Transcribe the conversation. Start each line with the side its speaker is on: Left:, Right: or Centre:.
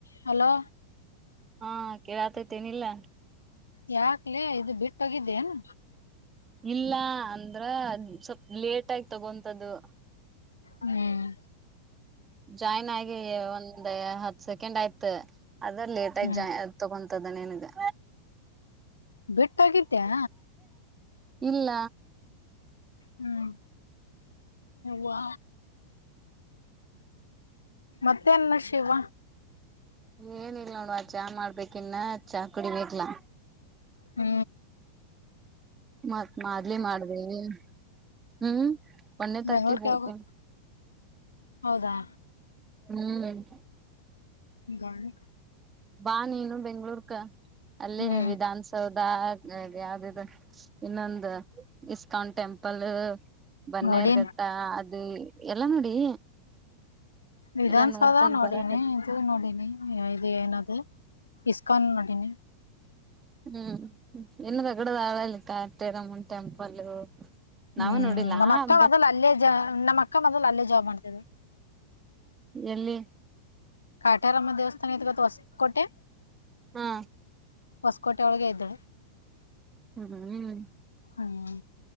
Left: Hello
Right: ಹಾ ಕೇಳಾತೈತೆೇನಿಲ್ಲ.
Left: ಯಾಕ್ಲೇ ಇದು ಬಿಟ್ಟೋಗಿದ್ದೇನು.
Right: ಇಲ್ಲ ಅಂದ್ರ ಸ್ವಲ್ಪ್ ಲೇಟ್ ಆಗಿ ತಗೊಂತ್ದು.
Left: ಹ್ಮ್
Right: ಜಾಯ್ನ್ ಆಗಿ ಒಂದ ಹತ್ ಸೆಕೆಂಡ್ ಆಯ್ತ ಅದ್ರ ಲೇಟ್ ಆಗ
Left: ಹ್ಮ್
Right: ಜಾಯ ತಗೊಂಡ. ತದಾನ ಏನಿದೆ.
Left: ಬಿಟ್ಟೋಗಿದ್ದ್ಯಾ
Right: ಇಲ್ಲ.
Left: ಹ್ಮ್ ಹ ಮತ್ತೆನ್ ಶಿವ
Right: ಏನಲ್ ನೋಡವ ಆ ಚಾ ಮಾಡ್ಬೇಕ ಇನ್ನ ಚಾ ಕುಡಿಬೇಕರ್ಲಾ
Left: ಹ್ಮ
Right: ಮತ್ತ್ ಮದ್ಲಿ ಮಾಡ್ದೇವಿ ಹ್ಮ್ ಒನ್ನೇ ತರ್ಟಿ
Left: ಬೆಂಗ್ಳೂರ್ಗೆ
Right: ಹೋಗತ
Left: ಯಾವಾಗ ಹೋಗುದು? ಹೌದಾ
Right: ಹ್ಮ್
Left: ಗಾನ
Right: ಬಾ ನೀನು ಬೆಂಗ್ಳೂರ್ಕ ಅಲ್ಲೇ
Left: ಹ್ಮ್
Right: ವಿಧಾನಸೌ ದಾಗ ಯಾವ್ದದು ಇನ್ನೊಂದು ಇಸ್ಕಾನ್ ಟೆಂಪಲ್. ಬನ್ನೇರುಘಟ್ಟ
Left: ನೋಡಿನ್
Right: ಅದು ಎಲ್ಲಾ ನೋಡಿ.
Left: ವಿಧನ್ಸೌಧ
Right: ಎಲ್ಲಾ ನೋಡ್ಕೊಂಡ್
Left: ನೋಡಿನಿ
Right: ಬರಕತ್
Left: ಇದು ನೋಡಿನಿ ಇದು ಏನದು ಇಸ್ನ್ ನಡಿನ
Right: ಹ್ಮ್ ಇನ್ನು ತಗಡದಾಳಲ್ಲಿ ಕಟೆರಮನ್ ಟೆಂಪಲ್
Left: ಹ್ಮ್
Right: ನಾವು ನೋಡಿಲ್ಲ
Left: ನಮ್ಮ ಅಕ್ಕ ಮೊದಲು
Right: ಬಟ್
Left: ಅಲ್ಲೇ ಜ ನಮ್ಮ ಅಕ್ಕ ಮೊದಲು ಅಲ್ಲೇ ಜಾಬ್ ಮಾಡ್ತ್
Right: ಎಲ್ಲಿ
Left: ಕಾಟಾರಮ್ಮ ದೇವಸ್ಥಾನ ಇ ಗತ್ತು ಹೊಸಕೋಟೆ
Right: ಹಾ
Left: ಹೊಸಕೋಟೆ ಒಳಗೆ ಇದ್ದ
Right: ಹ್ಮ ಹ್ಮ್
Left: ಹ್ಮ